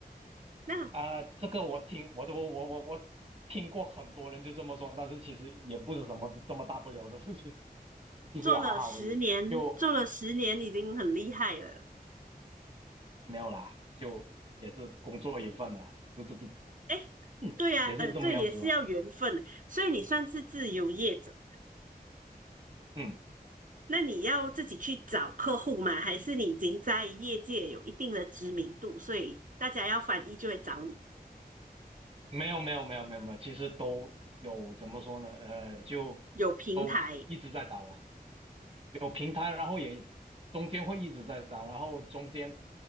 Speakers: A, on the right; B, on the right.
A: 那
B: 啊、这个我听我都我我我听过很多人就这么说，但是其实也不是什么这么大不了的事情，<laughs> 就实也还好而已，
A: 做了十年，
B: 就
A: 做了十年已经很厉害了。
B: 没有啦，就也是工作一份啦，就这这
A: 哎，
B: 嗯也是这么样子了。
A: 对呀、啊呃，对，也是要缘分，所以你算是自由业者。
B: 嗯，
A: 那你要自己去找客户吗？还是你已经在业界有一定的知名度，所以大家要翻译就会找你？
B: 没有没有没有没有没有，其实都有怎么说呢？呃，就都一直在找了。
A: 有平台
B: 有平台，然后也中间会一直在找，然后中间